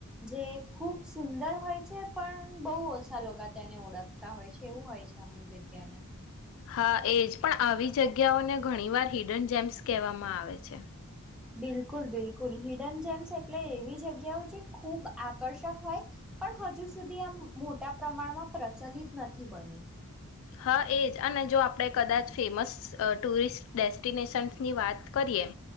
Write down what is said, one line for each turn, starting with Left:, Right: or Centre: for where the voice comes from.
Centre: જે ખુબ સુંદર હોય છે. પણ બહુ ઓછા લોકો તેને ઓળખતા હોય છે. એવું હોય છે. અમુક જગ્યાને.
Left: હા, એજ પણ આવી જગ્યાઓને ઘણી વાર હિડન જેમ્સ કેવામાં આવે છે.
Centre: બિલકુલ બિલકુલ. હિડન જેમ્સ એટલે એવી જગ્યાઓ જે ખૂબ આકર્ષક હોય પણ હજુ સુધી આમ મોટા પ્રમાણમાં પ્રચલિત નથી બની.
Left: હા, એજ અને જો આપણે કદાચ ફેમસ ટુરિસ્ટ ડેસ્ટિનેશન્સની વાત કરીએ